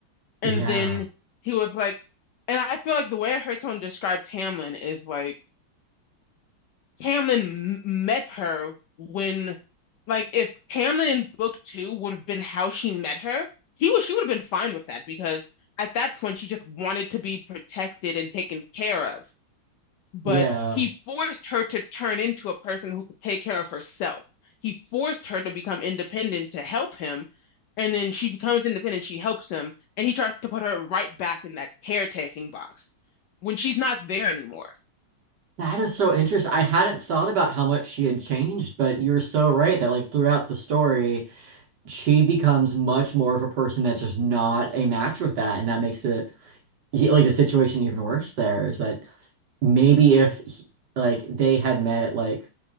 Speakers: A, on the left (about 70°); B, on the right (about 55°).
A: And
B: Yeah.
A: then he was like, and I feel like the way her tone described Tamlin is like Tamlin m- met her when, like, if Tamlin in book two would have been how she met her, he was she would have been fine with that because at that point she just wanted to be protected and taken care of. But
B: Yeah.
A: he forced her to turn into a person who could take care of herself. He forced her to become independent to help him, and then she becomes independent. She helps him, and he tries to put her right back in that caretaking box when she's not there anymore.
B: That is so interesting. I hadn't thought about how much she had changed, but you're so right that like throughout the story, she becomes much more of a person that's just not a match with that, and that makes it he- like the situation even worse there is that maybe if he- like they had met like